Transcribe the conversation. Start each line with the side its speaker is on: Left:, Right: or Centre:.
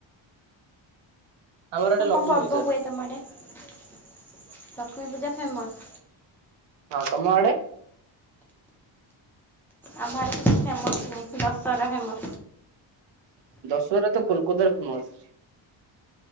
Right: ଆମର ଆଡେ
Centre: ହଁ କଣ
Right: ଲକ୍ଷ୍ମୀ
Centre: ପର୍ବ
Right: ପୂଜା।
Centre: ହୁଏ, ତମର ଲକ୍ଷ୍ମୀ ପୂଜା ଫେମସ୍।
Right: ହଁ ତମ ଆଡେ?
Centre: ଆମ ଆଡେ କିଛି ଫେମସ୍ ନାହିଁ ଦଶହରା ଫେମ
Right: ଦଶହରା ତ କୋଲକାତାର ଫେମସ।